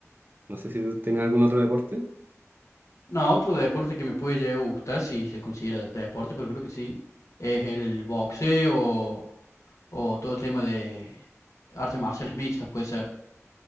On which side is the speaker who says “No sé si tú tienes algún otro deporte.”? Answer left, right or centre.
Right